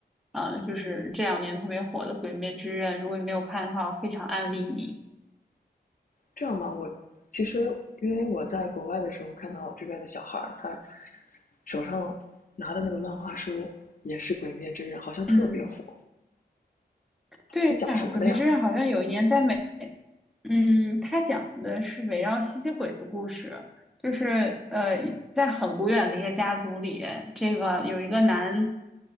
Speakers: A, in the centre; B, on the left.
A: 嗯、呃就是这两年特别火的《鬼灭之刃》。如果你没有看的话，我非常安利你。
B: 这样吧。我其实因为我在国外的时候看到这边的小孩他手上拿的那个漫画书也是《鬼灭之刃》，好像特别火。
A: 嗯，对呀、
B: 那讲什么的呀？
A: 鬼灭之刃》好像有一年在美，嗯，它讲的是围绕吸血鬼的故事，就是呃，在很古远的一个家族里，这个有一个男，